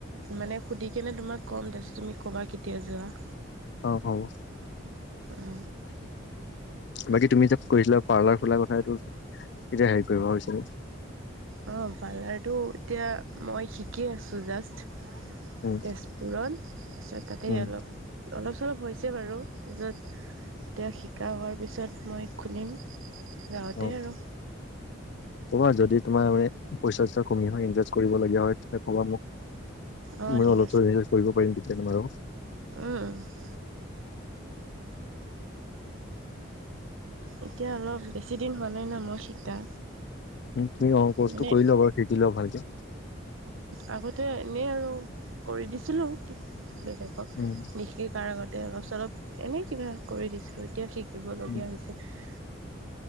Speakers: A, on the right (about 80°); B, on the left (about 55°).
A: মানে সুধিকেনে তোমাক কম তাৰপাছত তুমি ক'বা কেতিয়া যোৱা।
B: অ হব
A: অ
B: বাকী তুমি যে কৈছিলা, পাৰ্লাৰ খোলাৰ কথা এইটো কেতিয়া হেৰি কৰিব ভাবিছিলি,
A: অঁ পাৰ্লাৰটো এতিয়া মই শিকি আছোঁ জাষ্ট,
B: উম,
A: তেজপুৰ তাৰপিছত তাতেই
B: উম,
A: অলপ, অলপ চলপ হৈছে বাৰু তাৰপিছত এতিয়া শিকা হোৱাৰ পিছত মই। খুলিম। গাঁৱতে
B: উম,
A: আৰু
B: ক'বা যদি তোমাৰ মানে পইচা চইচা কমি‌ হয় ইনভেষ্ট কৰিবলীয়া হয় তেতিয়া ক'বা মোক।
A: অঁ
B: মানে
A: ঠিক
B: অলপ চলপ ইনভেষ্ট কৰিব পাৰিম তেতিয়া তোমাৰ লগত।
A: উম উম, এতিয়া অলপ বেছি দিন হোৱা নাই ন মই শিকা।
B: তুমি অ কৰ্চটো
A: মানে
B: কৰি লোৱা বাৰু শিকি লোৱা ভালকে।
A: আগতে এনেই আৰু কৰি দিছিলোঁ কি বেলেগ,
B: উম
A: নিশিকাৰ আগতে অলপ চলপ এনে কিবা কৰি দিছিলো। এতিয়া শিকিবলগীয়া
B: উম।
A: হৈছে। <unintelligible>